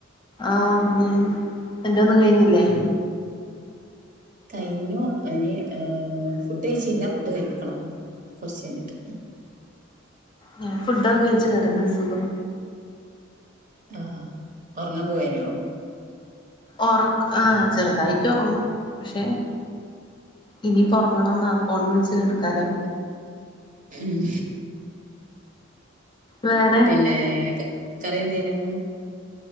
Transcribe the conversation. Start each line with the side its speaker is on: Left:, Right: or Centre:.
Left: ആഹ് പണി എന്റെൊന്നും കഴിഞ്ഞില്ലേ
Right: കഴിഞ്ഞു ഇനി ഏർ ഫുഡ് കഴിച്ചില്ല ഫുഡ് കഴിക്കണം കൊറച്ച് കഴിഞ്ഞിട്ട്
Left: ഞൻ ഫുഡാ കഴിച്ചു കിടന്ന സുഖം
Right: ആ ഉറങ്ങാൻ പോവന്നേ
Left: ഉറക്ക ആ ചെറുതായിട്ട് ഉറങ്ങും പക്ഷെ ഇനി ഒറങ്ങണെന്നാ ഫോൺ വിളിച്ച് കിടക്കാലോ
Right: ഉം
Left: വേറെ
Right: പിന്നെ കറി എന്തേനു